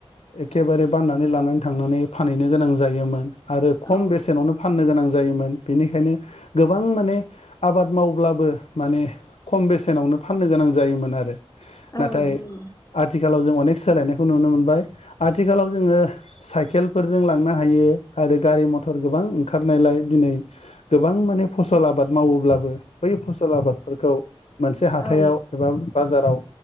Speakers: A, on the left (about 80°); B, on the left (about 30°).
A: एखेबारे बाननानै लानानै थांनानै फानहैनो गोनां जायोमोन आरो
B: औ
A: खम बेसेनावनो फाननो गोनां जोमोन बेनिखायनो गोबां माने आबाद मावब्लाबो माने खम बेसेनावनो फाननो गोनां जायोमोन आरो
B: औ
A: नाथाय
B: नंगौ
A: आथिखालाव जों अनेक सोलायनायखौ नुनो मोनबाय आथिखालाव जोङो साइकेलफोरजों लांनो हायो आरो गारि मथर गोबां ओंखारनायलाय दिनै गोबां माने फसल आबाद मावोब्लाबो बै फसल आबादफोरखौ मोनसे हाथथायाव
B: औ
A: एबा बाजाराव